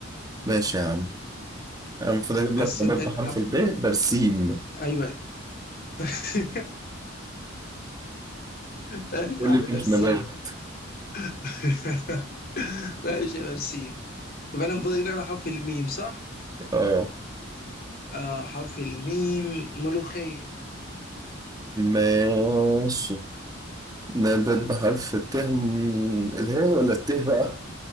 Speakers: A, on the right; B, on the left.
A: ماشي يا عم انا المفروض اجيب
B: بس
A: لك نبات
B: انت
A: بحرف
B: عارف
A: الب برسيم
B: ايوه <laughs> ماشي
A: قول
B: يا عم
A: لي
B: بسيم
A: مش نبات
B: <laughs> ماشي يا بسيم يبقى انا المفروض اجيب لك على حرف الميم صح؟
A: اه
B: آه حرف الميم ملوخية
A: ماشي نبات بحرف الت م- الهاء ولا الت بقى؟